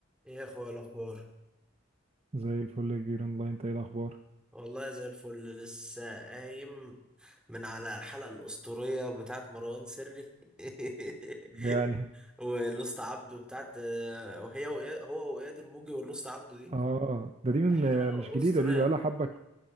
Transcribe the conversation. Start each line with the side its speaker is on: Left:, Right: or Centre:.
Centre: ايه يا اخويا الاخبار
Right: زي الفل يا كبير اونلاين انت ايه الاخبار
Centre: والله زي الفل لسه قايم من على الحلقه الاسطوريه بتاعت مروان سري <laughs>
Right: يعني الحمد
Centre: والاسطى عبده بتاعت وهي وإياد هو واياد الموجي والاسطى عبده دي
Right: اه ده دي من
Centre: حلقه
Right: آه، مش جديده
Centre: اسطوريه
Right: دي بقى لها حبه لله